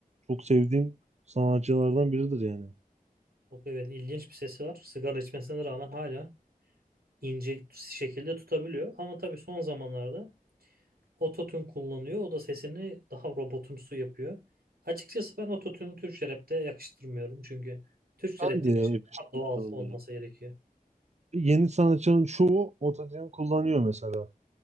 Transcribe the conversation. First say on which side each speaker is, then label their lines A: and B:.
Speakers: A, on the right (about 50°); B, on the right (about 85°).
A: çok sevdiğim sanatçılardan biridir yani
B: Çok evet ilginç bir sesi var. Sigara içmesine rağmen hala ince şekilde tutabiliyor. Ama tabii son zamanlarda Ototune kullanıyor. O da sesini daha robotumsu yapıyor. Açıkçası ben Ototune'u Türkçe rap'te yakıştırmıyorum. Çünkü Türkçe
A: ben
B: rap de
A: de ya
B: şey
A: yakıştırıyorum
B: daha doğal olması
A: ya.
B: gerekiyor.
A: yeni sanatçının çoğu otojen kullanıyor mesela